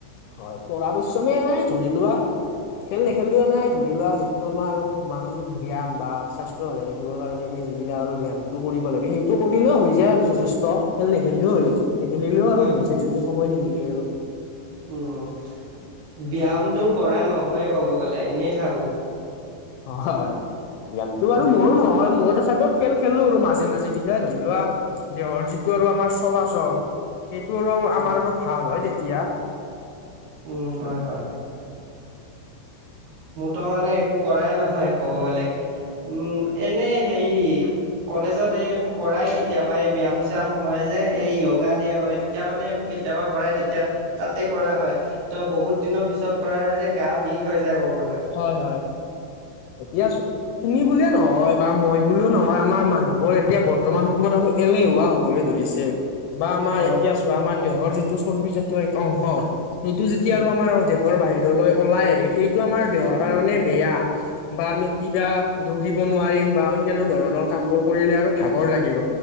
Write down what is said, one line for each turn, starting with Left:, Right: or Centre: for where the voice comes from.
Left: হয় পঢ়া পৰিশ্ৰম নাই ধৰি লোৱা, খেল নেখেলিলে নাই ধৰি লোৱা, যিটো আমাৰ মানসিক ব্যায়াম বা স্বাস্থ্য ভালে ৰাখিবৰ কাৰণে আমি যিবিলাক আৰু ব্যায়ামটো কৰিব লাগে সেই, সেই টো কৰিলেও হৈ যায় আৰু যথেষ্ট খেল নেখেলিলেও হৈ যায় নেখেলিলেও
Right: হয়
Left: আৰু হৈ
Right: হয়
Left: যায় যদিও সময় নিমিলে আৰু।
Right: উম- ব্যায়ামটো কৰা নহয়ে ক'ব গ'লে এনেই থাকোঁ।
Left: হয়, ব্যায়ামটো আৰু
Right: উম
Left: মোৰো নহয় মোৰ টো চাগে খেল খেলো আৰু মাজে মাজে তেতিয়া ধৰি লোৱা দেহৰ যিটো আৰু আমাৰ চলাচল। সেইটো আৰু
Right: হয়
Left: আমাৰ আৰু ভাল হয় তেতিয়া,
Right: উম হয় হয়। মোৰ টো মানে একো কৰাই নহয় ক'ব গ'লে উম এনে হেৰি, কলেজত এইবোৰ কৰাই কেতিয়াবা এই ব্যায়াম -চিয়াম হয় যে, এই য়োগা দে হয়। তেতিয়া মানে এইবোৰ কেতিয়াবা কৰাই তেতিয়া তাতেই কৰা হয়। ত বহুত দিনৰ পিছত কৰা হয় যে, গা বিষ হৈ যায় ক'ব গ'লে।
Left: হয় হয়। এতিয়া চোৱা তুমি বুলিয়ে নহয়, বা মই বুলিও নহয় আমাৰ মানুহবোৰ এতিয়া বৰ্তমান সময়ত আমি এনে হৱা হবলৈ ধৰিছে। বা আমাৰ
Right: হয়,
Left: এতিয়া চোৱা আমাৰ দেহৰ যিটো চৰ্বিজাতীয় এক অংশ সেইটো যেতিয়া
Right: উম।
Left: আৰু আমাৰ, দেহৰ বাহিৰলৈ ওলাই আহে, সেইটো আমাৰ দেহৰ কাৰণে বেয়া বা আমি কিবা- দৌৰিব নোৱাৰিম বা অন্যান্য ধৰণৰ কাম বোৰ কৰিলে আৰু ভাগৰ লাগিব।